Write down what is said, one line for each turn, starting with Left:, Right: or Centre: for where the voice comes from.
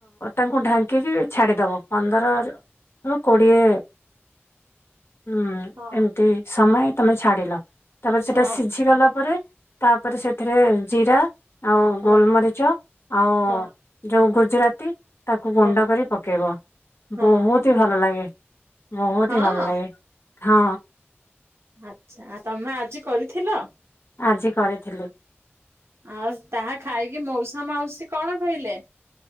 Left: ତାଙ୍କ ଢାଙ୍କିକି ଛାଡ଼ିଦେବ। ପନ୍ଦରରୁ କୋଡ଼ିଏ ହୁଁ
Right: ହଁ
Left: ଏମିତି ସମୟ ତମେ ଛାଡିଲ ତାପରେ ସେଟା
Right: ହଁ
Left: ସିଝି ଗଲା ପରେ, ତା ତାପରେ ସେଥିରେ ଜିରା ଆଉ
Right: ହଁ
Left: ଗୋଲମରିଚ ଆଉ
Right: ହଁ
Left: ଯୋଉ ଗୁଜ୍ ଗୁଜୁରାତି ତାକୁ
Right: ହଁ
Left: ଗୁଣ୍ଡ କରି ପକେଇବ
Right: ହଁ
Left: ବହୁତ୍ ଇ ଭଲ ଲାଗେ। ବହୁତ୍
Right: ହଁ
Left: ଇ ଭଲ ଲାଗେ ହଁ।
Right: ଆଚ୍ଛା ଆ ତମେ ଆଜି କରିଥିଲ?
Left: ଆଜି କରିଥିଲି।
Right: ଆଉ ତାହା ଖାଇକି ମଉସା ମାଉସୀ କଣ କହିଲେ?